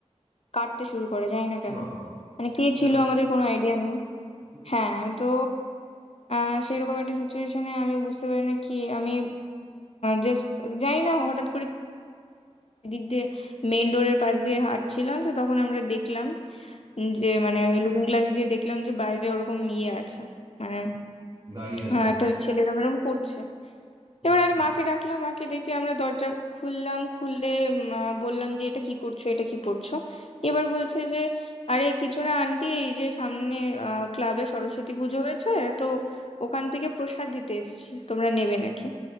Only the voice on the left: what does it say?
কাটতে শুরু করে জানি না কেন
মানে কে
ছিল
আমাদের কোনো আইডিয়া নেই
হ্যাঁ তো আহ সেরকম একটা সিচুয়েশনে আমি বুঝতে পারি না কি আমি জাস্ট জানি না হঠাৎ করে দিক দিয়ে মেইন ডোরের পাশ দিয়ে হাঁটছিলাম তো তখন আমরা দেখলাম যে মানে লুকিং গ্লাস দিয়ে দেখলাম যে বাইরে ওরকম ইয়ে আছে মানে
হ্যাঁ একটা ছেলে এরম এরম করছে
এবার আমি মাকে ডাকলাম মাকে ডেকে আমরা দরজা খুললাম খুলে মা বললাম যে এটা কি করছো এটা কি করছো এবার বলছে যে আরে কিছু না আন্টি এই যে সামনে ক্লাবে সরস্বতী পুজো হয়েছে তো ওখান থেকে প্রসাদ দিতে এসেছি তোমরা নেবে নাকি